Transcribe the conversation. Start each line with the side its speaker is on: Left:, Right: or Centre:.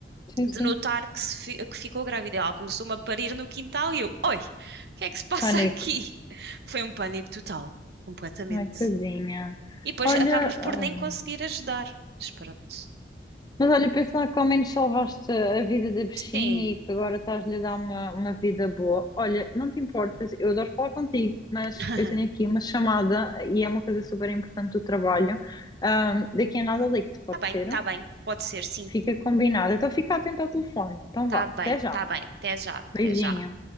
Left: Sim,
Right: De
Left: sim.
Right: notar que, se fi- que ficou grávida. Ela começou-me a parir no quintal e eu, oi, o que é que se passa
Left: Pânico.
Right: aqui? <laughs> Foi um pânico total, completamente.
Left: Ai, tadinha.
Right: E depois
Left: Olha,
Right: acabas por
Left: ah,
Right: nem conseguir ajudar. Mas pronto.
Left: mas olha, pensando que ao menos salvaste a vida da bichinha
Right: Sim,
Left: e que agora estás-lhe a dar uma, uma vida boa. Olha, não te importas, eu adoro falar contigo, mas
Right: <laughs>
Left: eu tenho aqui uma chamada e é uma coisa super importante do trabalho. Ah, daqui a nada ligo-te,
Right: está
Left: pode
Right: bem,
Left: ser?
Right: está bem, pode ser, sim.
Left: Fica combinado. Então fica atento ao telefone. Então
Right: Está
Left: vá,
Right: bem,
Left: até já.
Right: está bem. Até já,
Left: Beijinho.
Right: até já.